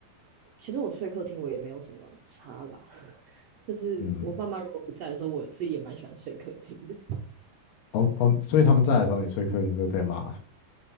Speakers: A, on the right; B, on the left.
A: 其实我睡客厅我也没有什么差啦，<laughs> 就是我爸妈如果不在的时候，
B: 嗯，
A: 我自己也蛮喜欢睡客厅的。
B: 哦哦，所以他们在的时候，你睡客厅就会被骂，